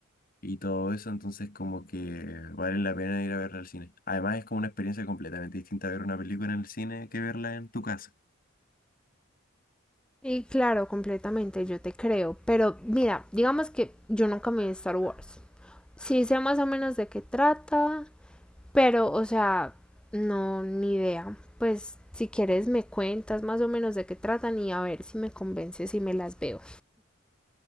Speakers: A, on the left; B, in the centre.
A: y todo eso, entonces como que vale la pena ir a verla al cine. Además es como una experiencia completamente distinta ver una película en el cine que verla en tu casa.
B: Y claro, completamente, yo te creo. Pero mira, digamos que yo nunca me vi Star Wars. Sí sé más o menos de qué trata, Pero, o sea, no, ni idea. Pues si quieres me cuentas más o menos de qué tratan y a ver si me convences y me las veo.